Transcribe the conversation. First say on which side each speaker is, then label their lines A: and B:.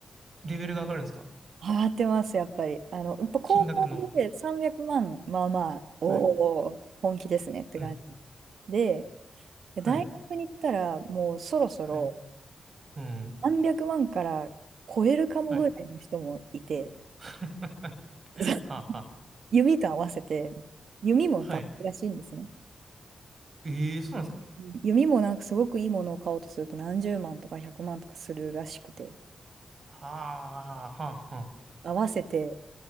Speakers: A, on the right (about 55°); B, on the right (about 75°).
A: レベルが上がるんですか
B: 上がってます、やっぱり。あの、やっぱ高校で300万、
A: 金額の。
B: まあまあ、
A: はい。
B: おお、本気ですねって感じ。
A: うん。
B: で、
A: はい。
B: 大学に行ったら、もうそろそろ、
A: はい。うん。
B: 何百万から超えるかもぐらいの人もいて、
A: はい。<laughs>
B: <laughs>
A: はあは
B: 弓と合わせて、弓も高いらしいんですね。
A: あ。はい。ええそうなんですか
B: うん弓もなんかすごくいいものを買おうとすると何十万とか百万とかするらしくて、
A: はあ、はあ、はあ。
B: 合わせて